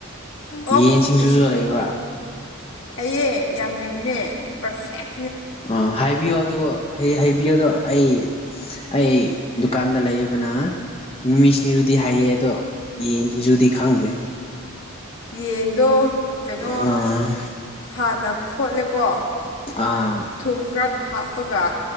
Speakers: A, on the left (about 25°); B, on the left (about 70°).
A: ꯌꯦꯟꯁꯤꯡꯖꯨꯁꯨ
B: ꯑꯣꯛꯀꯤ ꯁꯤꯡꯖꯨ
A: ꯂꯩꯕ꯭ꯔꯥ
B: ꯍꯩꯌꯦ ꯌꯥꯝ ꯍꯩꯕꯅꯦ ꯄꯔꯐꯦꯛ
A: ꯑꯥ ꯍꯥꯏ ꯍꯥꯏꯕꯤꯌꯣ ꯑꯗꯨꯒ ꯍꯩꯕꯤꯌꯣꯗꯣ ꯑꯩ ꯑꯩ ꯗꯨꯀꯥꯟꯗ ꯂꯩꯕꯅ ꯃꯤꯃꯤ ꯁꯤꯡꯖꯨꯗꯤ ꯍꯩꯌꯦ ꯑꯗꯣ ꯌꯦꯟ ꯁꯤꯡꯖꯨꯁꯗꯤ ꯈꯪꯗꯦ
B: ꯌꯦꯟꯗꯣ ꯀꯩꯅꯣ
A: ꯑꯥ
B: ꯍꯥꯟꯅ ꯐꯣꯠꯂꯦꯀꯣ
A: ꯑꯥ
B: ꯊꯨꯝ ꯀ꯭ꯔꯛ ꯍꯥꯞꯄꯒ